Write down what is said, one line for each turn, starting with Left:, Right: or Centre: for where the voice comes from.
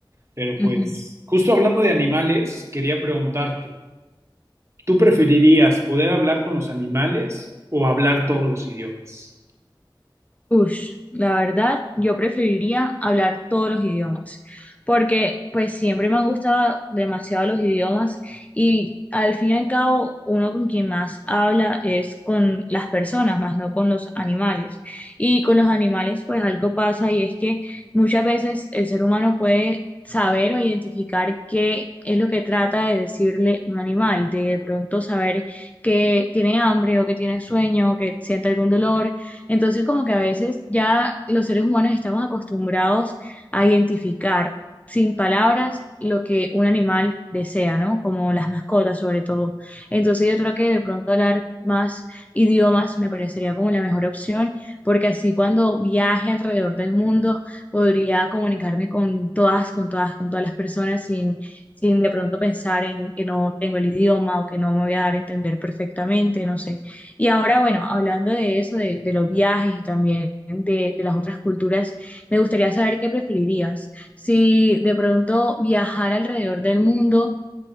Right: Pero pues,
Left: Ujú.
Right: justo hablando de animales, quería preguntarte. ¿Tú preferirías poder hablar con los animales o hablar todos los idiomas?
Left: Ush, la verdad, yo preferiría hablar todos los idiomas, porque pues siempre me han gustado demasiado los idiomas y al fin y al cabo uno con quien más habla es con las personas, más no con los animales. Y con los animales pues algo pasa y es que muchas veces el ser humano puede saber o identificar qué es lo que trata de decirle un animal, de de pronto saber que tiene hambre o que tiene sueño o que siente algún dolor entonces, como que a veces ya los seres humanos estamos acostumbrados a identificar sin palabras lo que un animal desea, ¿no? Como las mascotas sobre todo. Entonces, yo creo que de pronto hablar más idiomas me parecería como la mejor opción, porque así cuando viaje alrededor del mundo podría comunicarme con todas, con todas, con todas las personas sin sin de pronto pensar en que no tengo el idioma o que no me voy a dar a entender perfectamente, no sé. Y ahora, bueno, hablando de eso, de, de los viajes y también de, de las otras culturas, me gustaría saber qué preferirías. Si de pronto viajar alrededor del mundo,